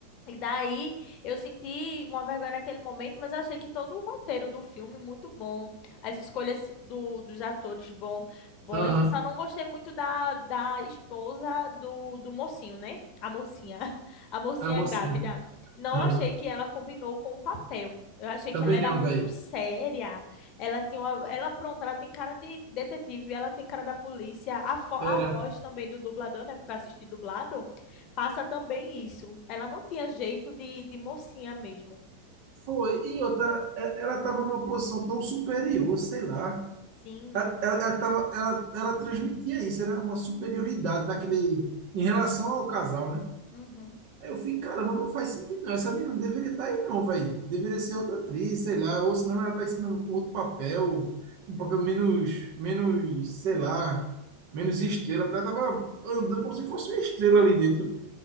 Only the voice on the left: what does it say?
E daí eu senti uma vergonha naquele momento, mas eu achei que todo o roteiro do filme muito bom, as escolhas do, dos atores bom, bons.
Só não gostei muito da, da esposa do, do mocinho, né? A mocinha, <laughs> a mocinha
grávida. Não
achei que ela combinou com o papel. Eu achei
que ela era
muito
séria. Ela tinha uma, ela, pronto, ela tem cara de detetive, ela tem cara da polícia. A, fo- a
voz também do dublador, né? Porque eu assisti dublado. Passa também isso. Ela não tinha jeito de, de mocinha mesmo.
Sim.
Uhum.